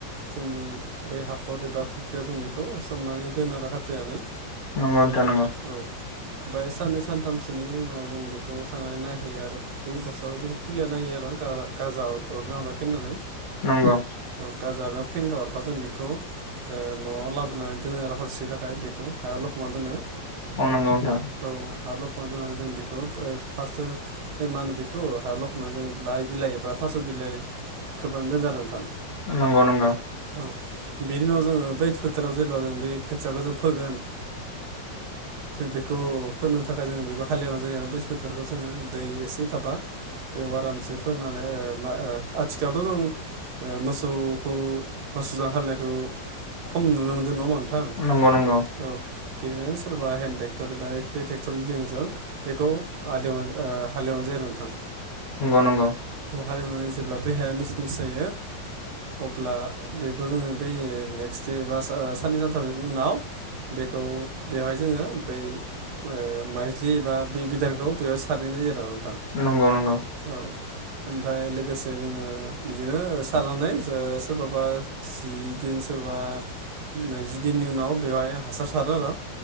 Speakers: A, on the right; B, on the left.
A: जोंनि बै हाखर एबा फुख्रिया जों बेखौ सबनानै दोन आरो खाथिनानै
B: नंगौथा नंगौ
A: औ ओमफ्राय साननै सानथामसोनि उनाव जों बेखौ थांनानै नायहैयो आरो बे बस्थाखौ जों खुलि होयो आरो गाजा अरगना अरगोन होननानै
B: नंगौ
A: औ गाजा एबा फेंगा हरबा जों बेखौ न'आव लाबोनानै दोनो हरसे थाखाय बेखौ हायाव लखमना दोनो
B: अ नंगौ नोंथां।
A: औ हा लखान दोननानै जों बेखौ ओ फार्स्टो बे मा होनो बेखौ हायाव लखबनानै जों लाइ बिलाइ एबा थास' बिलाइ खोबनानै दोनो आरो नोंथां।
B: नंगौ नंगौ।
A: औ बेनि उनाव जोङो बै फोथाराव जेब्ला जों बे खोथियाखौ जों फोगोन
B: <unintelligible>
A: बेखौ फोनो थाखाय जोङो बेबो हालेवनानै जायो आरो बैस फोथोरखौ जोङो दै एसे थाबा बेयाव आरामसे फोननानै ओ मा ओ आथिखालावथ' जों ओ मोसौखौ मोसुजों हालेनायखौ खम नुनो मोनदों नङा होमबा नोंथां।
B: नंगौ नोंथां
A: औ बेनिखायनो सोरबा हेन्द ट्रेक्टर एबा बे ट्रेक्टर गिदिरजों बेखौ ओ हालेव ओ हालेवनाय जायो नोंथां।
B: नंगौ नंगौ।
A: बर' हालेवनानै जेब्ला बे हाया मिसमिस जायो अब्ला बेखौ जोङो बै नेक्स्ट दे बा ओ ओ साननै सानथामनि उनाव बेखौ बेवहाय जोङो बै ओ माइज्लि एबा बे बिधानखौ बेयाव सारहैनाय जायो आरो नोंथां।
B: नंगौ नंगौ।
A: औ ओमफ्राय लोगोसे जोङो बिदिनो ओ सारनानै ओ सोरबा सोरबा जि दिन सोरबा नैजि दिननि उनाव बेवहाय हासार सारो आरो।